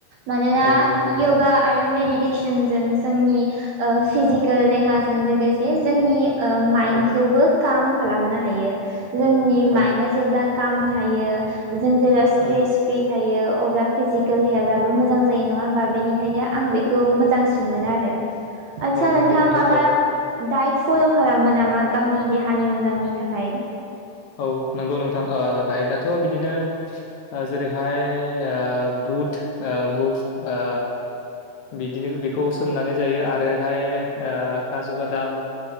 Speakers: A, on the right; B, on the left.
A: मानोना
B: औ नंगौ नोंथां
A: य'गा आरो मेडि तेसनजों जोंनि ओ फिजिकेल देहाजों लोगोसे जोंनि ओ माइन्डखौबो
B: औ
A: काम खालामनो हायो जोंनि
B: औ
A: माइन्डआ जेब्ला खाम थायो जों जेब्ला स्ट्रेस
B: औ
A: फ्रि थायो अब्ला फिजिकेल हेल्थआबो मोजां जायो नङा होमबा बेनिखायनो आं बेखौ मोजांसिन मोनो आरो। आदसा
B: औ
A: नोंथाङा
B: नंगौ नोंथां
A: माबा
B: औ
A: दाइट फ'ल' खालामो नामा गावनि देहानि मोजांनि थाखाय
B: औ नंगौ नोंथां ओ दाइट आथ' बिदिनो ओ जेरैहाय ओ बुट ओ मुग ओ बिदिनो बेखौ सोमनानै जायो आरोहाय ओ काजु बादाम